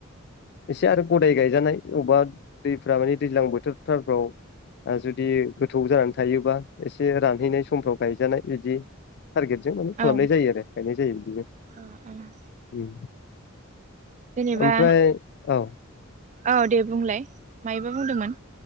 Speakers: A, on the left (about 55°); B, on the right (about 35°).
A: एसे आरो गदाय गायजानाय अबा दैफ्रा माने दैज्लां बोथोर थारफ्राव ओ जुदि गोथौ जानानै थायो बा एसे रानहैनाय समफ्राव गायजानाय इदि थारगेटजों माने
B: औ
A: खालामनाय जायो आरो नाय जायो बिदिजों
B: औ औ
A: <inaudible> <inaudible>
B: जेनेबा
A: ओमफ्राय औ
B: औ दे बुंलाय मायोबा बुंदोंमोन?